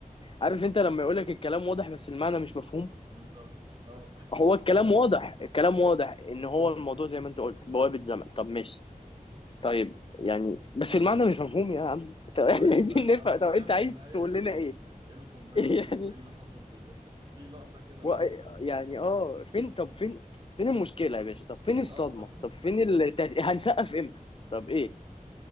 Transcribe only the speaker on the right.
بالظبط اه
<laughs>
أمم.
ايوه
أيوة.
انا مش
فاهم
في النهاية
يعني
يعني ايه القنبلة
دي وايه اللي حصل في الاخر في لقطة كده
انا مش فاهمها
اه